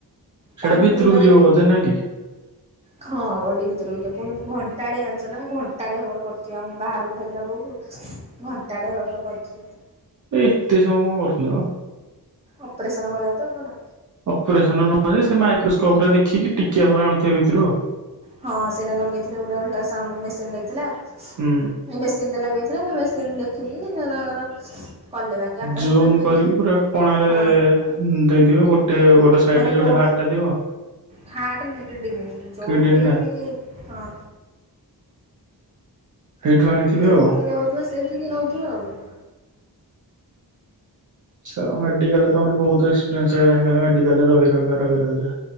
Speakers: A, on the right; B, on the right.
A: ସେଇଟା
B: ତା
A: ଭିତରକୁ
B: ମୁଣ୍ଡରେ
A: ଯିବ ବୋଧେ ନା କି?
B: ହଁ ବଡି ଭିତରକୁ ଯ ପୁଣି ଘଣ୍ଟାଟେ ଜାଣିଛ ନା ଘଣ୍ଟାଟେ ହବର କରିଥିବ ମୁଁ ବାହାରକୁ ପଠେଇ ଦେଲା ବୋଉକୁ ଘଣ୍ଟାଟେ ଭାବରେ କରି
A: ଏତେ ସମୟ କଣ କରୁଥିଲ?
B: ଅପରେସନ ଭଳିଆ ତ କଣ
A: ଅପରେସନ ନୁହଁ ସେ ମାଇକ୍ରୋସ୍ପପ ରେ ଦେଖିକି ଟିକିଆ ପରେ ଆଣୁଥିବେ ଭିତରୁ
B: ହଁ ସେଇଟା ଲଗେଇଥିଲେ ଗୋଟେ ଅଲ୍ଟର ସାଉଣ୍ଡ ମେସିନ ଲାଗିଥିଲା
A: ହୁଁ।
B: ଏ ମେସିନ୍ଟା ଲାଗେଇଥିଲା ସେ ମେସିନ ଦେଖିକି ସେ ତାଙ୍କର କଲେ ବାକି ଆକାଶ
A: ଜୁମ
B: ଗୋଟେ ପିଡା
A: କରିକି ପୁରା କଣାରେ
B: ହଁ
A: ଦେଇଥିବେ ଗୋଟେ ଗୋଟେ ସାଇଡରେ
B: ମାନେ
A: ଯୋଉଠି
B: କୋଉ
A: ହାର୍ଟ ଟା ଥିବ
B: ହଟ ମଡି ଯୋଉଠି
A: କିଡନୀ ଟା
B: ହଁ
A: ସେଇଠୁ ଆଣିଥିବେ
B: ଯୋଉଠିକ
A: ଆଉ।
B: ଯାଉଥିବ ସେଇଠିକି ନଉଥିବେ ଆଉ
A: ଛାଡ ମେଡାଲରେ ଆମର ବହୁତ ଏକ୍ସପିରିଏନ୍ସ ହେଇଗଲାଣି ଖାଲି ମେଡିକାଲରେ ରହି ର ରହି ରହା